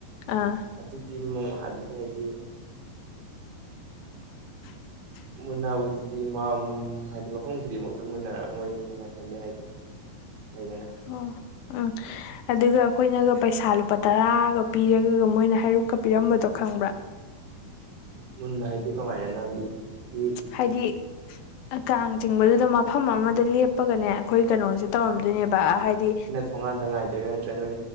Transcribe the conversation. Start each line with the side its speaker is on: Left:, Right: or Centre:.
Left: ꯑꯥ
Right: ꯑꯗꯨꯗꯤ ꯑꯃꯨꯛ ꯑꯗꯨꯗꯤ ꯍꯥꯏꯗꯤ
Left: <unintelligible>
Right: ꯃꯨꯟꯅꯕꯖꯗꯨꯗꯤ ꯍꯥꯏꯗꯤ ꯃꯐꯝ ꯈꯨꯗꯤꯡꯃꯛꯇ ꯃꯨꯟꯅꯔꯝꯃꯣꯏ ꯍꯥꯏꯅ ꯈꯜꯂꯦ ꯍꯥꯏꯗꯤ ꯂꯩꯗꯅ
Left: ꯑꯣ ꯎꯝ ꯑꯗꯨꯒ ꯑꯩꯈꯣꯏꯅꯒ ꯄꯩꯁꯥ ꯂꯨꯄꯥ ꯇꯔꯥꯒ ꯄꯤꯔꯒ ꯃꯣꯏꯅ ꯍꯥꯏꯔꯨꯛꯀ ꯄꯤꯔꯝꯕꯗꯣ ꯈꯪꯕ꯭ꯔꯥ
Right: ꯃꯨꯟꯕ ꯍꯥꯏꯗꯤ ꯀꯃꯥꯏꯅꯅꯣ ꯍꯥꯏꯗꯤ ꯍꯥꯏꯗꯤ
Left: ꯍꯥꯏꯗꯤ ꯀꯥꯡ ꯆꯤꯡꯕꯗꯨꯗ ꯃꯐꯝ ꯑꯃꯗ ꯂꯦꯞ ꯄꯒꯅꯦ ꯑꯩꯈꯣꯏ ꯀꯩꯅꯣꯁꯦ ꯇꯧꯔꯝꯗꯣꯏꯅꯦꯕ ꯍꯥꯏꯗꯤ
Right: ꯊꯣꯡꯉꯥꯟꯗ ꯉꯥꯏꯗꯣꯢꯔ ꯅꯠꯇ꯭ꯔ ꯅꯣꯢ